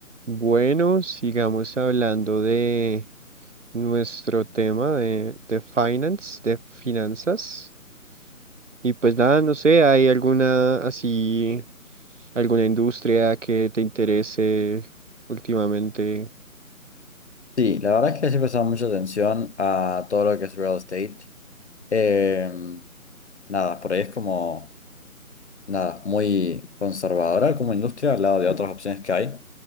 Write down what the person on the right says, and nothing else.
Bueno, sigamos hablando de nuestro tema de, de finance, de finanzas. Y pues nada, no sé, ¿hay alguna así, alguna industria que te interese últimamente?